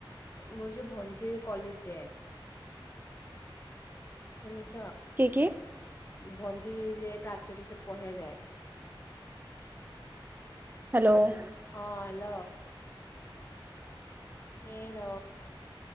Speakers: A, on the left (about 30°); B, on the right (about 20°).
A: মোৰ যে ভণ্টিৰ কলেজ যে শুনিচ।
B: কি কি?
A: ভন্টি যে প্ৰাকজ্যোতিষত পঢ়ে যে।
B: হেল্ল'
A: শুনিছোঁ, অ hello. Hello.